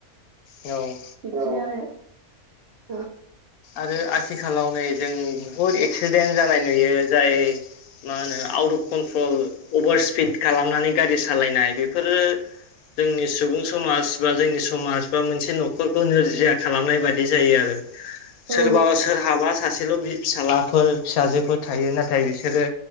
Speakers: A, on the left; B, on the right.
A: औ
B: औ बिदिनो आरो
A: आरो आथिखालाव नै जों बुहुद एक्सिडेन्ट जानाय नुयो जाय मा होनो out of control over speed खालामनानै गारि सालायनाय बेफोरो जोंनि सुबुं समाज बा जोंनि समाज बा मोनसे न'खरखौ नोरजिया खालामनाय बादि जायो आरो सोरबा
B: औ
A: सोरहाबा सासेल' फिसालाफोर फिसाजोफोर थायो नाथाय बिसोरो